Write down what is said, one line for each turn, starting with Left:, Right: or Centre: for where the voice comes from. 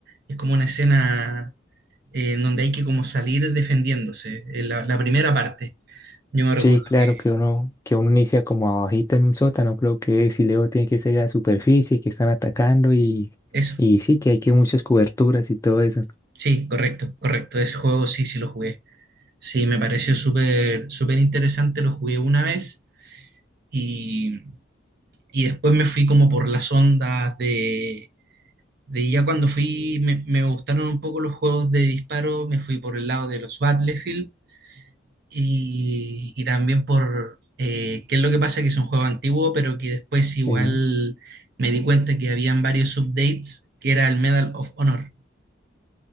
Right: es como una escena eh, en donde hay que como salir defendiéndose, eh, la, la primera parte, yo me recuerdo
Left: Sí, claro
Right: que
Left: que uno, que uno inicia como abajito en un sótano, creo que si luego tiene que salir a la superficie, que están atacando y,
Right: eso,
Left: y sí, que hay que muchas coberturas y todo eso.
Right: sí, correcto, correcto, ese juego sí, sí lo jugué. Sí, me pareció súper súper interesante, lo jugué una vez y, y después me fui como por las ondas de, de ya cuando fui, me, me gustaron un poco los juegos de disparo, me fui por el lado de los Battlefield y, y también por, eh, qué es lo que pasa, que es un juego antiguo, pero que después igual
Left: Sí.
Right: me di cuenta que habían varios updates, que era el Medal of Honor.